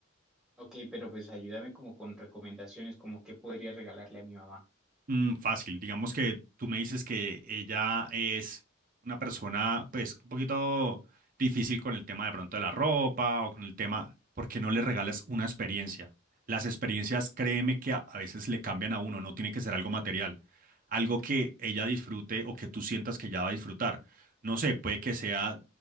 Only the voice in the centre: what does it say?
Ok, pero pues ayúdame como con recomendaciones, como qué podría regalarle a mi mamá.